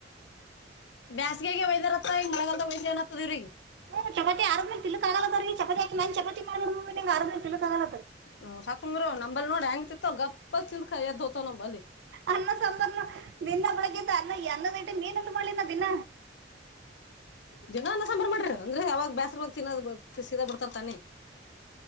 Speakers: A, on the left; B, on the right.
A: ಬೇಸ್ಗೆಗೆ ವೈದ್ಯನ್ತ್ತ ಹಿಂಗ ಮಳಗಾಲದಾಗ ವೈ್ಯನ್ತ್ತದ ಇವ್ರಿಗೆ
B: ಹ್ಮ್ ಚಪಾತಿ ಆರೇಲೆ ತಿಲುಕ್ ಆಗಲ್ಲದ ರೀ ಚಪಾತಿಾಕ ನ ಚಪಾ ಮಾಡ ಆರೇಲೆ ತಿಲಕ್ ಆಗಲ
A: ಹ್ಮ್ ಸಾಕುಂದ್ರರು ನಂಬಲ್ಲಿ ನೋಡ್ ಹೆಂಗ್ತಿತ್ತು ಗಪ್ <unintelligible> ದೋತೋ ನಂಬರ್ಲಿ
B: ಅನ್ನ ಸಾಂಬಾರ್ ದಿನ ಬೆಳಗೆದ್ದು ಅನ್ನಯ ಅನ್ನದಟ್ಟು ಹೇನಂತ ಮಾಡಿನ ದಿನ
A: ಜನನ್ನ ಸಂಂಬಾರ ಮಾಡ್ರಿ ಅಂದ್ರೆ ಯಾವಾಗ ಬ್ಯಸ್ರ ಬಾಗ ತಿನ್ನ ಸದ ಬಿಡ್ತಾರ್ ತಾನೆ